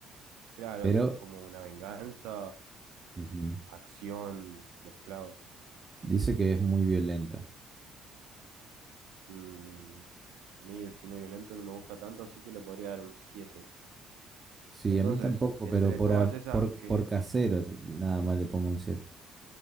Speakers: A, on the right; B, on the right.
A: Claro,
B: Pero
A: es como una venganza,
B: ujú,
A: acción, mezclado.
B: dice que es muy violenta.
A: Mm, a mí el cine violento no me gusta tanto, así que le podría dar un siete
B: Sí,
A: Entonces,
B: a mí tampoco,
A: entre
B: pero por,
A: todas
B: a-
A: esas
B: por,
A: que,
B: por casero t- nada más le pongo un 7.